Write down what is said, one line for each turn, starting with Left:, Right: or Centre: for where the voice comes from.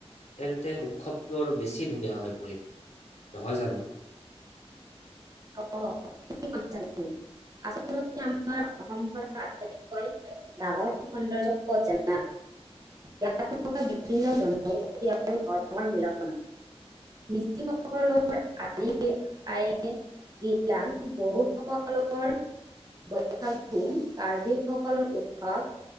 Left: তেন্তে উৎসৱবোৰ আৰু বেছি ধুনীয়া হৈ পৰিব। নহয় জানো?
Right: অ' ঠিকেই কৈছা তুমি আচলতে আমাৰ অসমখন আটাতকৈ ডাঙৰ সৌন্দৰ্য্য ক'ত জানা ইয়াত বিভিন্ন জনগোষ্ঠীৰ আৰু ধৰ্মৰ মিলন হয়। মিচিংসকল <inaudible> <inaudible> কাৰ্বি সকলৰ উৎসৱ